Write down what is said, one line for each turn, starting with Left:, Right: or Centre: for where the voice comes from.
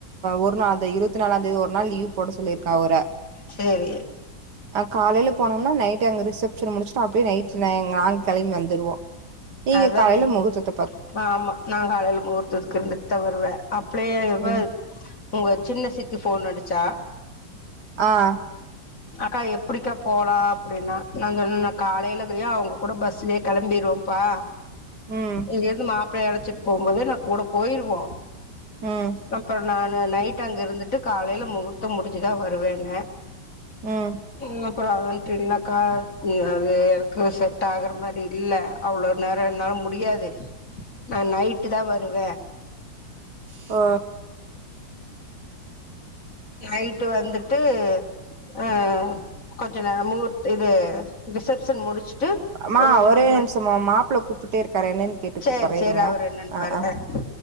Right: ஒரு நாள் அந்த இருவத்தி நாலாந்தேதி ஒரு நாள் லீவ் போட சொல்லியிருக்கா அவர
Left: சேரி
Right: காலைல போனோம்னா நைட்டு அங்க ரிசப்ஷன் முடிச்சுட்டு அப்டே நைட் நாங்க கெளம்பி வந்துருவோ நீங்க
Left: அதானே
Right: காலைல முகூர்தத்து
Left: ஆமா நா காலைல முகூர்த்ததுக்கு இருந்துட்டு தா வருவ அப்ளே இவ
Right: ம்
Left: உங்க சின்ன சித்தி ஃபோன் அடிச்சா
Right: அஹ்
Left: அக்கா எப்டிக்கா போலா அப்டின்னா நா சொன்ன காலையிலயோ அவுங்க கூட பஸ்லே கெளம்பிருவ பா
Right: ம்
Left: இங்கேருந்து மாப்ளைய அழைச்சிட்டு போகும்போதே நா கூட போயிருவோ
Right: ம்
Left: அப்ப நானு நைட் அங்க இருந்துட்டு காலையில முகூர்த்தம் முடிஞ்சுதா வருவேன்ன
Right: ம்
Left: ம் அப்பறோ வன்ட்டு என்னாக்கா அது எனக்கு செட் ஆகுற மாரி இல்ல அவ்ளோ நேரோ என்னால முடியாது நா நைட்டு தா வருவ
Right: அ
Left: நைட்டு வந்துட் டு அ கொஞ்ச நே முகூர் இது ரிசப்ஷன் முடிச் ம்
Right: அம்மா
Left: ஒரு ஒம்பது
Right: ஒரே
Left: மணி
Right: நிமிஷமா மாப்ள கூப்டுட்டே இருக்காரு என்னன்னு கேட்டு
Left: சேரி
Right: கூப்பட்றே
Left: சேரி
Right: இருங்க
Left: அவர் என்னன்னுப்பாரு
Right: ஆ ஆ
Left: அ